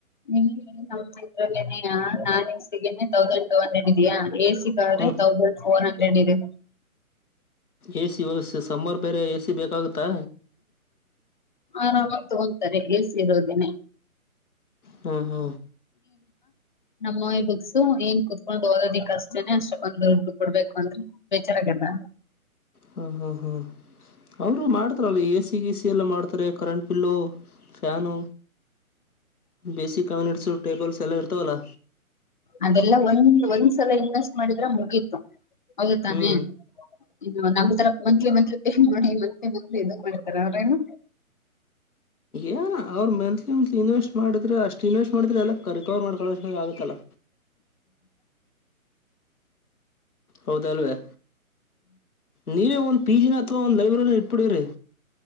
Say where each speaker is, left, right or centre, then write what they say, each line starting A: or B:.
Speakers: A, on the left (about 35°); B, on the left (about 85°).
A: ನಿ ಇದ್ರಲ್ಲೇ ನಾನ್ಸ ತೌಸಂಡ್ ಟ ಹಂಡ್ರೆಡ್ ಇದಯಾ ಶಿಕಾರಿ
B: ಹ್ಞೂ
A: ತೌಸಂಡ ಫೋರ್ ಹಂಡ್ರ ಎಲ್ಲಿದೆ
B: ಎ ಸಿ ವ್ಯಸ್ೆ ಸಂಬಾರು ಬೇರೆ ಎ ಸಿ ಬೇಕಾಗುತ್ತಾ
A: ಹ್ಮ್ ಹ ತೋಂತಾರೆ ಎಏಸರುೋದಿನ
B: ಹ್ಮ ಹ್ಮ್
A: ನಮ್ಮಿ ಬುಕ್ಸು ಏನ್ ಕುೂತ್ಕೊಂಡು ಓದೋದಿಕ್ ಅಷ್ಟೇನೆ ಅಷ್ಟಕ್ಕೊಂದು ದುಡ್ಡು ಕೊಡ್ಬೇಕು ಅಂದ್ರ ಬೇಜಾರಾಗಲ್ವಾ
B: ಹ್ಮ ಹ್ಮ ಹ್ಮ್ ಅವರು ಮಾಡ್ತಾರಲ್ಲ ಎ ಸಿ ಗೀಸಿ ಎಲ್ಲ ಮಾಡ್ತಾರೆ ಕರೆಂಟ್ ಬಿಲ್ಲು ಫ್ಯಾನ ಬೇಸಿಕ್ ಕನಿಟ್ಸ್ ಟೇಬಲ್ ಎಲ್ಲ ಇರ್ತವಲ್ಲ
A: ಅದೆಲ್ಲ ಒಂದ ಒಂದ್ಸಲ ಇನ್ವೆಸ್ಟ್ ಮಾಡಿದ್ರೆ ಮುಗೀತು ಹೌದು ತಾನೆ
B: ಹ್ಮ್
A: ಇನ್ನು ನಮ್ತರ ಮಂತ್ಲಿ ಮಂತ್ಲಿ ಪೇ ಮಾಡಿ ಮಂತ್ಲಿ ಮಂತ್ಲಿ ಎದು ಮಾಡ್ತಾರ ಅವ್ರೇನ
B: ಏನ ಅವರು ಮಂತ್ಲಿ ಮಂತ್ಲಿ ಇನ್ವೆಸ್ಟ್ ಮಾಡ ಷ್ಟ ಇನ್ವೆಸ್ ಮಾಡ್ರ ಎಲ್ಲ ರಿಕವರ್ ಮಾಡಕೋ ಆಗತ್ತಲ್ಲ ಹೌದಲ್ವೇ ನೀವೇ ಒಂದ್ ಪಿಜಿ ನ ಅಥವಾ ಒಂದ್ ಲೈಬ್ರರಿನ ಇಟ್ಟುಬಿಡಿರಿ